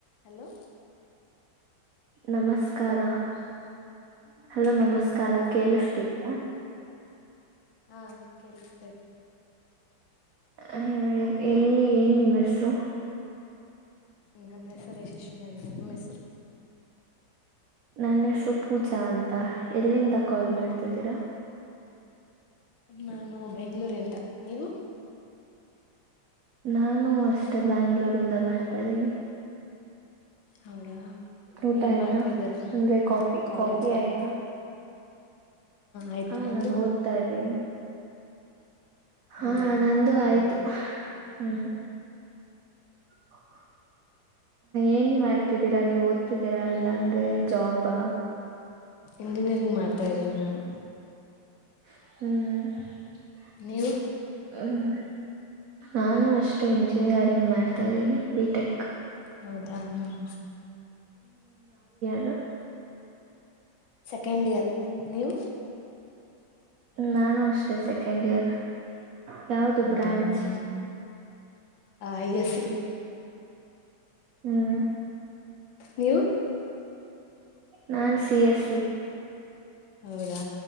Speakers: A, on the left (about 70°); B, on the right (about 80°).
A: hello
B: ನಮಸ್ಕಾರ
A: Hello
B: <unintelligible> <inaudible> hello ನಮಸ್ಕಾರ ಕೇಳಿಸ್ತಿದಿಯ
A: ಹಾ ಕೇಳಿಸ್ತಯ್ತು
B: ಆ ಎಲ್ಲಿ ಏನ್ ನಿಮ್ಮ ಹೆಸರು
A: ನನ್ನ ಹೆಸರು ಯಶಶ್ವಿನಿ ಅಂತ ನಿಮ್ಮ ಹೆಸರು
B: ನನ್ನ ಹೆಸರು ಪೂಜಾ ಅಂತ ಎಲ್ಲಿಂದ ಕಾಲ್ ಮಾಡ್ತಿದ್ದೀರಾ
A: ನಾನು ಬೆಂಗಳೂರಿಂದ ನೀವು
B: ನಾನು ಅಷ್ಟೇ ಬೆಂಗಳೂರಿಂದ ಮಾಡ್ತಾ ಇದ್ದೀನಿ
A: ಹೌದಾ
B: ಊಟ
A: ಏನ್
B: ಆಯ್ತಾ
A: ಮಾಡ್ತಾ ಇದ್ದೀರಾ
B: ಅಂದ್ರೆ ಕಾಫಿ
A: ಕಾಲೇಜ
B: ಕಾಫಿ ಆಯ್ತಾ
A: ಆಯ್ತು
B: ಹಾ
A: ನಿಮ್ದು
B: ನಾನು ಓದ್ತಾ ಇದೀನಿ ಹಾ
A: ಹೌದಾ
B: ನಂದು
A: ಹ್ಮ್
B: ಆಯ್ತು ಹ್ಮ್ <unintelligible> ಏನ್ ಮಾಡ್ತಿದ್ದೀರಾ ನೀವು ಓದ ಇದೇರಾ ಇಲ್ಲಾಂದೆ ಜಾಬಾ
A: ಇಂಜಿನಿಯರಿಂಗ್ ಮಾಡ್ತಾ ಇದ್ದೀನಿ ನಾನು
B: ಹ್ಮ್
A: ನೀವು
B: ಹ್ಮ್ ನಾನು ಅಷ್ಟೇ ಇಂಜಿ ಇಂಜಿನಿಯರಿಂಗ್ ಮಾಡ್ತಾಯಿದಿನಿ ಬಿ ಟೆಕ್
A: ಹೌದಾ ಹ್ಮ್
B: ಹಾ
A: ಸೆಕೆಂಡ್ ಇಯರ್ ನೀವು
B: ನಾನು ಅಷ್ಟೇ ಸೆಕೆಂಡ್ ಇಯರ್ ಯಾವದು
A: ಹೌದಾ
B: branch
A: hmm I S C
B: ಹ್ಮ್
A: ನೀವು
B: ನಾನ್ ಸಿ ಎಸ್ ಸಿ
A: ಹೌದಾ